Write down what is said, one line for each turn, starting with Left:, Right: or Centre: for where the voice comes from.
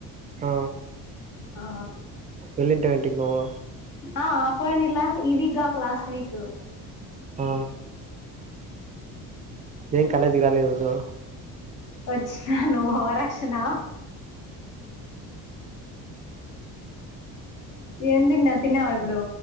Right: ఆ
Left: ఆ
Right: వెళ్ళింటివి ఇంటికి నువ్వు
Left: ఆ పొయినెల ఇవి గాక. అశ్రీకు.
Right: ఆ ఏం కాలేజీకి రాలేదు. ఈరోజు
Left: వచ్చినా నువ్వు ఓవరాక్షన్ ఏం తిన్నావ్ తిన్నావా ఇప్పుడు